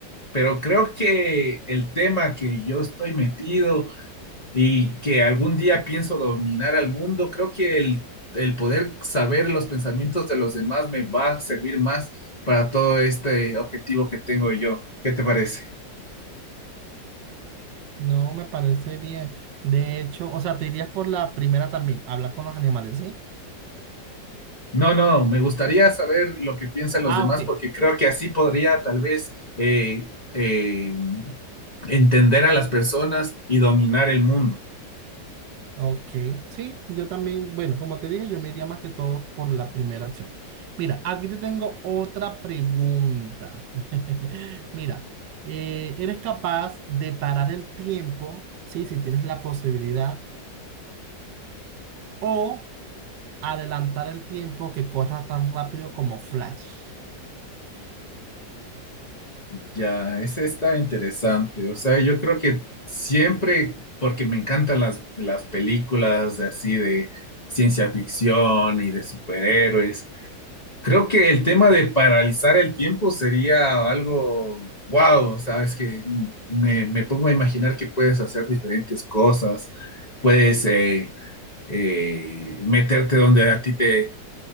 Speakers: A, on the left (about 25°); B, on the right (about 80°).
A: Pero creo que el tema que yo estoy metido y que algún día pienso dominar al mundo, creo que el, el poder saber los pensamientos de los demás me va a servir más para todo este objetivo que tengo yo. ¿Qué te parece?
B: No me parece bien. De hecho, o sea, te irías por la primera también, hablar con los animales, ¿sí?
A: No, no, me gustaría saber lo que piensan los
B: Ah,
A: demás
B: ok.
A: porque creo que así podría tal vez eh, eh, entender a las personas y dominar el mundo.
B: Ok, sí, yo también, bueno, como te dije, yo me iría más que todos por la primera opción. Mira, aquí te tengo otra pregunta. <laughs> Mira, eh, ¿eres capaz de parar el tiempo, sí, si tienes la posibilidad, o adelantar el tiempo que corra tan rápido como Flash?
A: Ya, ese está interesante. O sea, yo creo que siempre, porque me encantan las, las películas de así de ciencia ficción y de superhéroes, Creo que el tema de paralizar el tiempo sería algo wow, sabes que me, me pongo a imaginar que puedes hacer diferentes cosas, puedes eh, eh, meterte donde a ti te,